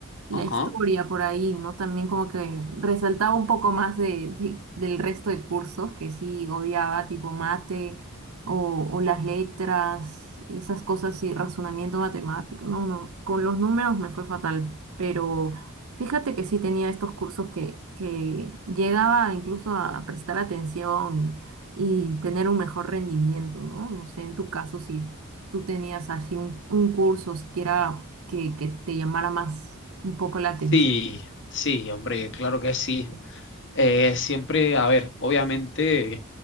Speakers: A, on the right (about 80°); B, on the left (about 60°).
A: la
B: Ajá.
A: historia por ahí, ¿no? También como que resaltaba un poco más de, de- del resto de cursos que sí odiaba, tipo mate o, o las letras, esas cosas y razonamiento matemático. No, no, con los números me fue fatal, pero fíjate que sí tenía estos cursos que, que llegaba incluso a prestar atención y, y tener un mejor rendimiento, ¿no? No sé, en tu caso, si tú tenías así un, un curso siquiera que, que te llamara más un poco la atención.
B: Sí, sí, hombre, claro que sí. Eh, siempre, a ver, obviamente